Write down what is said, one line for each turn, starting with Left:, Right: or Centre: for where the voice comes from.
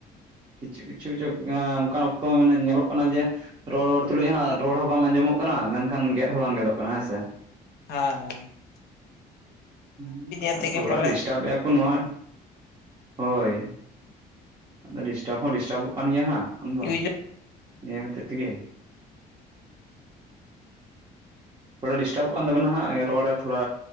Right: ᱠᱤᱪᱷᱩ ᱠᱤᱪᱷᱩ ᱡᱚᱜ ᱚᱝᱠᱟᱱ ᱚᱠᱛᱚ ᱢᱟᱱᱮ ᱧᱮᱞᱚᱜ ᱠᱟᱱᱟ ᱡᱮ ᱨᱚᱲ ᱨᱚᱲ ᱛᱩᱞᱩᱡ ᱦᱟᱸ ᱨᱚᱲ ᱦᱚᱸ ᱵᱟᱝ ᱟᱸᱡᱚᱢᱚᱜ ᱠᱟᱱᱟ ᱢᱮᱱᱠᱷᱟᱱ ᱜᱮᱫ ᱦᱚᱸ ᱵᱟᱝ ᱜᱮᱫᱚᱜ ᱠᱟᱱᱟ ᱦᱮᱸ ᱥᱮ᱾
Left: ᱦᱮᱸ ᱦᱮᱸ᱾
Right: ᱦᱩᱸ,
Left: ᱟᱛᱮ
Right: ᱛᱷᱚᱲᱟ
Left: ᱜᱮ ᱯᱟᱞᱮᱫ
Right: ᱰᱤᱥᱴᱟᱵᱮᱜ-ᱟ ᱠᱚ ᱱᱚᱣᱟ ᱦᱳᱭ ᱟᱫᱚ ᱰᱤᱥᱴᱟᱵᱽ ᱦᱚᱸ ᱰᱤᱥᱴᱟᱵᱚᱜ ᱠᱟᱱ ᱜᱮᱭᱟ ᱦᱟᱸᱜ ᱩᱱ ᱫᱚ᱾
Left: ᱤᱭᱩᱡᱟᱨ
Right: ᱱᱤᱭᱟᱹ ᱦᱚᱛᱮᱫ ᱛᱮᱜᱮ᱾ ᱯᱳᱭᱞᱳ ᱰᱤᱥᱴᱟᱵᱚᱜ ᱠᱟᱱ ᱛᱟᱵᱮᱱᱟ ᱦᱟᱸᱜ ᱨᱚᱲ ᱨᱮ ᱛᱷᱚᱲᱟ